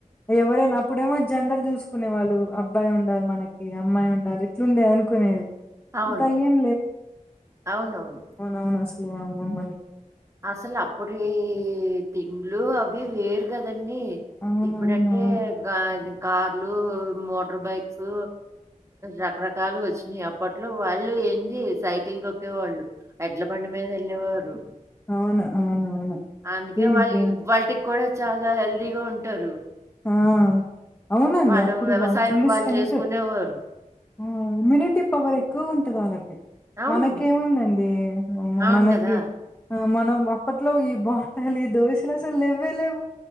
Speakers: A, on the left (about 15°); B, on the right (about 20°).
A: ఎవరైనా అప్పుడేమో జెండర్ చూసుకునే వాళ్ళు అబ్బాయి ఉండాలి మనకి అమ్మాయి ఉండాలి ఇట్లుండే అనుకునేది.
B: అవును
A: ఇప్పుడు అయ్యేం
B: అవునవును.
A: అవునసలు ఆ అమ్మమ్మలు.
B: అసలు అప్పుడివి తిండ్లు, అవి వేరు కదం అండి
A: అవునవునవును
B: ఇప్పుడంటే గాది కార్లు, మోటార్ బైక్స్ రకరకాలు వచ్చినయి. అప్పట్లో వాళ్ళు ఏంది సైకిల్ కొక్కేవాళ్ళు, ఎడ్ల బండి మీద ఎళ్ళేవారు.
A: అవును అవును
B: అందుకే
A: ఇది
B: వాళ్ళు వాళ్టికి కూడా చాలా హెల్దీగా ఉంటారు
A: ఆ అవునండి
B: వాళ్ళు
A: అప్పుడు
B: వ్యవసాయం
A: బా ఫుల్
B: వాళ్ళు
A: స్ట్రెంగ్త్,
B: చేసుకునేవారు
A: ఉమ్ ఇమ్యూనిటీ పవర్ ఎక్కువ ఉంటంది వాళ్ళకి,
B: అవును
A: మనకే ఏముందండి మ
B: అవును
A: మనకి
B: కదా
A: మనం అప్పట్లో ఈ బాంటలు ఈ దోశలు అసలు లేవ్వే లేవ్వు,